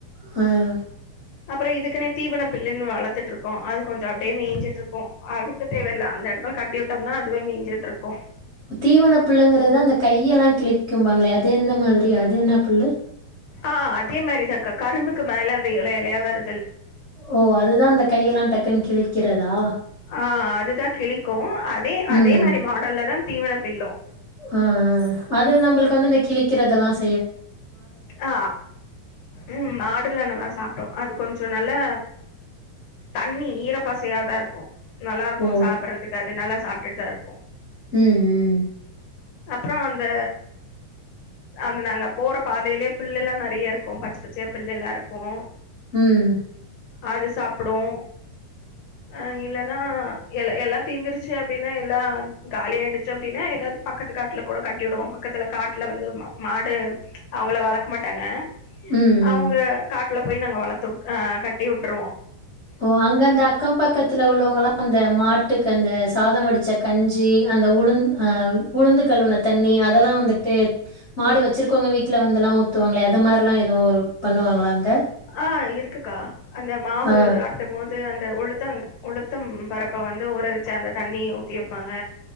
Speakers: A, on the left; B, on the left.
A: ம்
B: அப்புறம் இதுக்குனே தீவனம் பில்லுனு வளர்த்துட்டு இருக்கக்கோம் அது கொஞ்சம் அப்படியே மேய்ஞ்சிட்டு இருக்கும் அதுக்கு தேவயில்லை அந்த இடத்துல கட்டி விட்டோம்னா அதுவே மேஞ்சிட்டு இருக்கும்
A: தீவன புள்ளுங்கறது அந்த கையெல்லாம் கிளிக்கும்பாங்களே அது எந்த மாதிரி அது என்ன புல்லு
B: ஆ அதே மாரிதாக்கா கரும்புக்கு மேல அந்த இல இலையா வரு
A: ஓ அதுதான் இந்த கையெல்லாம் டக் அக்கன் கிளிக்கிறதா
B: ஆ அதுதான் கிளிக்கும் அதே அதே
A: ம்.
B: மாதிரி மாடல்ல தான் தீவன பில்லும்
A: ஆ ஆ அது நம்மளுக்கு வந்து அந்த கிளிக்கிறதுதெல்லாம்
B: ஆ ம் மாடுயெல்லா நல்லா சாப்பிடும் அதுக்கொஞ்சம் சோ நல்லா தண்ணி ஈரப்பசையாதான் இருக்கும் நல்லா இருக்கும்
A: ஓ!
B: சாப்பிடுறதுக்கு அது நல்லா சாப் இதா இருக்கும்
A: ம் ம்
B: அப்புறம் அந்த அந்த நாங்க போற பாதையிலயே புள்ளு எல்லாம் நிறைய இருக்கும் பச்சை பச்சையா புள்ளுல்லாம் இருக்கும்
A: ம்
B: அது சாப்பிடும் அ இல்லைன்னா எ எல்லாம் தீந்துருச்சு அப்படின்னா எல்லாம் காலி ஆயிடுச்சு அப்படின்னா ஏதாவது பக்கத்து காட்டுல கூட கட்டி விடுவோம் பக்கத்துல காட்டுல வந்து மாடு அவுங்களாம் வளர்க்க மாட்டாங்க
A: ம்,
B: அவுங்க
A: ம்.
B: காட் த்துல போய் நாங்க வளத்துட் ஆ கட்டி வுட்ருவோ
A: ஓ அங்கந்த அக்கம் பக்கத்துல உள்ளவுங்களா அந்த மாட்டுக்கு அந்த சாத வடுச்ச கஞ்சி அந்த உளுந் அ உளுந்து கழுவுன தண்ணி அதெல்லா வந்துட்டு மாடு வச்சுருக்கவுங்க வீட்ல வந்துல்லா ஊத்துவாங்ளே அது மார்லா எதுவு பண்ணுவாங்களா அங்க?
B: ஆ இருக்குக்கா அந்த மாவு
A: ஆ,
B: ஆட்டும்மோ து அந்த உளுத்த உளுத்தம் பருப்ப வந்து ஊறவச்ச அந்த தண்ணி ஊ த்தி வப்பாங்க